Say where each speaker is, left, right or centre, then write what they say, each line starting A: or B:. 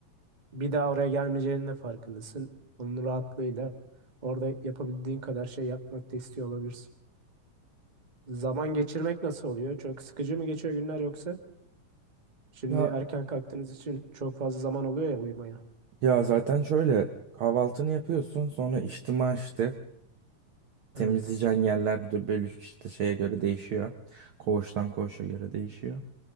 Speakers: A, on the right (about 25°); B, on the right (about 75°).
A: Bir daha oraya gelmeyeceğinin de farkındasın. Onun rahatlığıyla orada yapabildiğin kadar şey yapmak da istiyor olabilirsin. Zaman geçirmek nasıl oluyor? Çok sıkıcı mı geçiyor günler yoksa? Şimdi
B: Ya
A: erken kalktığınız için çok fazla zaman oluyor ya uyumaya.
B: ya zaten şöyle kahvaltını yapıyorsun sonra içtima işte temizleyeceğin
A: Evet.
B: yerler de böyle işte şeye göre değişiyor. Koğuştan koğuşa göre değişiyor.